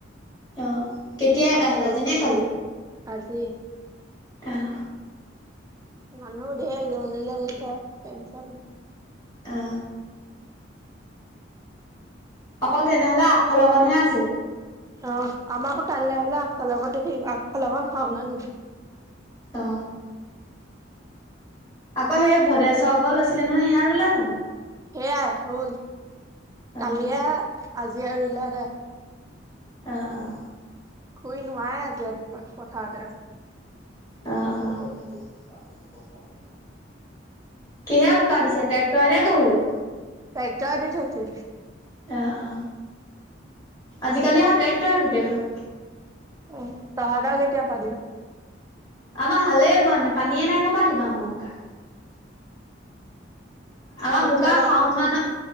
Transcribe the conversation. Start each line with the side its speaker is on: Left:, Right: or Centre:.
Left: অহ কেতিয়া এদাই
Right: আগফালৰ
Left: হল আজিনে
Right: খন
Left: কালি?
Right: আজি
Left: অহ।
Right: মানুহ ধেৰ আহিগল জণীলে গৈছে আৰু টেনচন।
Left: অ অকল তেনেহলে আগফালকনহে আছে।
Right: অ আমাৰো কাইলৈ হলে আগফাল লগতে থাকিব, আগফাল শাউন <unintelligible>
Left: অ আকৌ ভদেশ্বৰ ঘৰ লৈছিলে নহয় সেয়া ৰোলে জানো?
Right: সেয়াই হল,
Left: অ
Right: কালিয়া আজিয়ে ৰোলে আদাই।
Left: অহ, অহ।
Right: খুই নোৱাই আজি ৰাতিপুৱা পথাৰতে।
Left: অহ, অহ। কিহে বোকা দিছে, ট্ৰেক্টৰে নে গৰুৱে?
Right: ট্ৰেক্টৰে দি থৈছিল।
Left: অ অ আজিকালি আৰু ট্ৰেক্টৰে গোটেইখন।
Right: অ তহতৰ কেতিয়া পাতিব।
Left: আমাৰ হালে বোৱা নাই, পানীয়ে নাই, কপা দিব আমাৰ বোকা। আমাৰ
Right: কঠীয়া
Left: বোকা
Right: ডাঙৰ
Left: শাওন
Right: হৈছে
Left: মান,
Right: নাই